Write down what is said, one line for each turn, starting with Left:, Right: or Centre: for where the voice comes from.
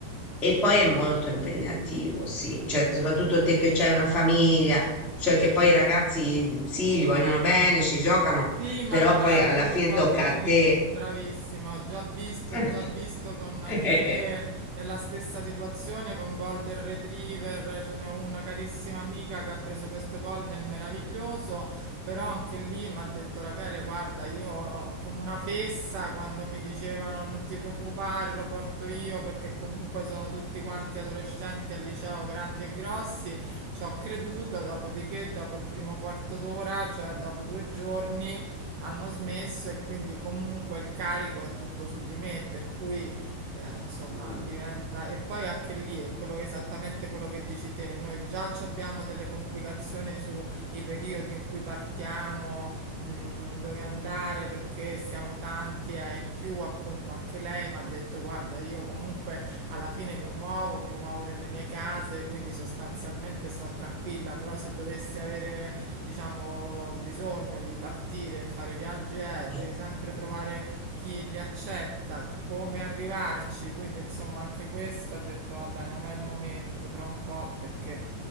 Centre: E poi è molto impegnativo, sì, cioè soprattutto te che c'hai una famiglia, cioè che poi i ragazzi sì, gli vogliono bene, ci giocano,
Right: Sì, ma
Centre: però
Right: guarda,
Centre: poi
Right: appunto,
Centre: alla fine tocca
Right: anche
Centre: a
Right: lì,
Centre: te.
Right: bravissima, ho già visto,
Centre: <laughs>
Right: ho già visto con amiche
Centre: Eh, eh,
Right: nella stessa situazione con Golden Retriever, ce n'è una carissima amica che ha preso questo Golden meraviglioso, però anche lì mi ha detto Rachele, guarda, io come una fessa quando mi dicevano non ti preoccupare, lo porto io perché comunque sono tutti quanti adolescenti al liceo, grandi e grossi, ci ho creduto, dopodiché dopo il primo quarto d'ora, cioè dopo due giorni, hanno smesso e quindi comunque il carico è tutto su di me, per cui eh, insomma
Centre: mm,
Right: diventa... E poi anche lì è quello che- esattamente quello che dici te, noi già ci abbiamo delle complicazioni sui periodi in cui partiamo, mm, dove andare, perché siamo tanti e in più appunto anche lei mi ha detto guarda io comunque alla fine mi muovo, mi muovo nelle mie case, quindi sostanzialmente sto tranquilla, però se dovessi avere diciamo, bisogno di partire e fare viaggi è,
Centre: mm,
Right: devi sempre trovare chi li accetta, come arrivarci, quindi insomma anche questo ho detto, vabbè, non è il momento, tra un po', perché